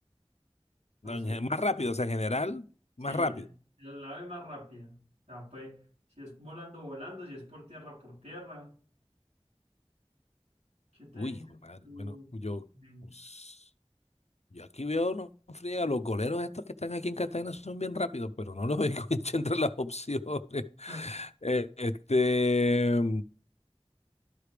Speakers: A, on the right (about 85°); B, on the left (about 85°).
A: No
B: No, en
A: sé.
B: gen- Más rápido, o sea, en general,
A: Sí,
B: más rápido.
A: el ave más rápida. O sea, pues, si es volando, volando, si es por tierra, por tierra. ¿Qué te
B: Uy,
A: dice
B: hijo de madre.
A: tu
B: Bueno, yo,
A: mente?
B: pues, yo aquí veo, no friega, los goleros estos que están aquí en Cartagena son bien rápidos, pero no los veo <laughs> entre las opciones.
A: <laughs>
B: Eh, este, eh,